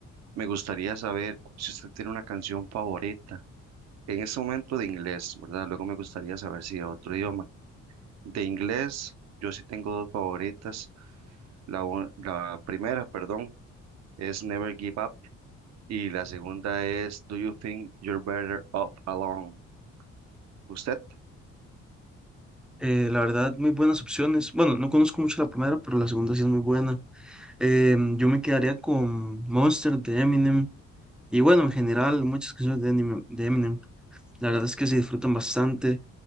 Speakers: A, on the right; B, in the centre.
A: me gustaría saber si usted tiene una canción favorita. En este momento de inglés, ¿verdad? Luego me gustaría saber si de otro idioma. De inglés, yo sí tengo dos favoritas. La, u- la primera, perdón, es Never Give Up y la segunda es Do You Think You're Better Off Alone? ¿Usted?
B: Eh, la verdad, muy buenas opciones. Bueno, no conozco mucho la primera, pero la segunda sí es muy buena. Em, yo me quedaría con Monster de Eminem. Y bueno, en general, muchas canciones de Eminem, de Eminem. La verdad es que se disfrutan bastante.